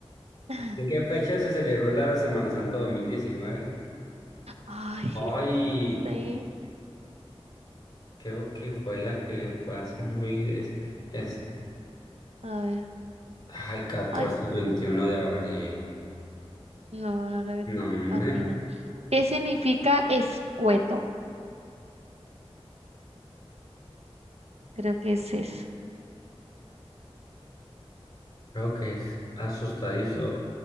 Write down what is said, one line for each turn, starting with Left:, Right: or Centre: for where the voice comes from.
Right: <laughs>
Left: ¿En qué fecha se celebró la Semana Santa 2019?
Right: Ay, <laughs>
Left: Ay,
Right: no sé.
Left: creo que fue la que fue así muy este. Es,
Right: A ver.
Left: ah, el 14,
Right: Ay,
Left: el 21 de abril.
Right: no, no la
Left: No, hombre,
Right: atiné. ¿Qué significa escueto? Creo que es eso.
Left: creo que es asustadizo,